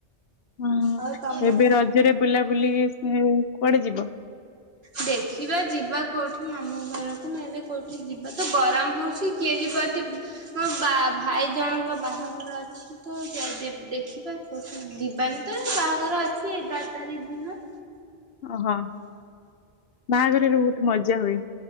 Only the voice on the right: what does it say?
ଆଉ ତମ
ଦେଖିବା ଯିବା କୋଉଠି, ମାମୁଁ ଘରକୁ, ନ ହେଲେ କୋଉଠି ଯିବା ତ ଗରମ ହଉଚି କିଏ ଯିବଟି, ମୋ ବା- ଭାଇ ଜଣଙ୍କ ବାହାଘର ଅଛି। ତୁ ଯା <unintelligible> ଦେଖିବା। ଯିବାନି ତ, ବାହାଘର ଅଛି ଏଗାର ତାରିଖି ଦିନ।